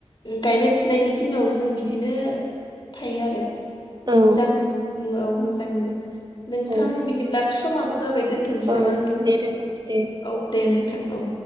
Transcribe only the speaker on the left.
गायनाय फुनायनि दिनाव जों बिदिनो थायो आरो।
मोजां औ मोजां मोनो नोंथां
बिदिब्ला समाबो जाबाय दोनथ' थोनोसै
नामा नोंथां
औ दे नोंथां औ।